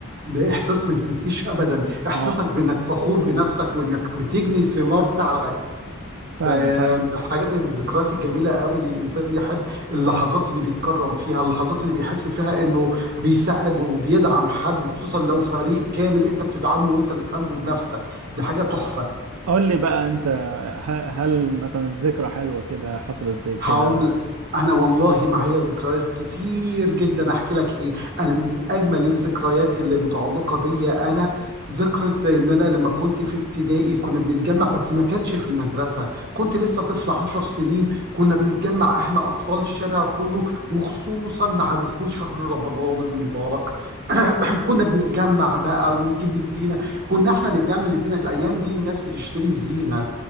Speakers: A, on the right; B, on the right.
A: ده إحساس ما يتنسيش أبدا إحساسك
B: اه
A: بإنك فخور بنفسك وإنك بتجني ثمار تعبك
B: فعلا
A: ده
B: فعلا
A: من الحاجات الذكريات الجميلة قوي اللي الإنسان يحب اللحظات اللي بيتكرم فيها اللحظات اللي بيحس فيها إنه بيساعد وبيدعم حد وخصوصا لو فريق كامل أنت بتدعمه وأنت اللي سانده بنفسك دي حاجة تحفة
B: قول لي بقى انت ه- هل مثلا ذكرى حلوه كده حصلت زي كده
A: هقول لك انا والله معايا ذكريات كتير جدا احكي لك ايه انا من اجمل الذكريات اللي متعلقه بيا انا ذكرى ان انا لما كنت في ابتدائي كنا بنتجمع بس ما كانش في المدرسه كنت لسه طفل عشر سنين كنا بنتجمع احنا اطفال الشارع كله وخصوصا مع دخول شهر رمضان المبارك <clears throat> كنا بنتجمع بقى ونجيب الزينه كنا احنا اللي بنعمل الزينه الايام دي الناس بتشتري الزينه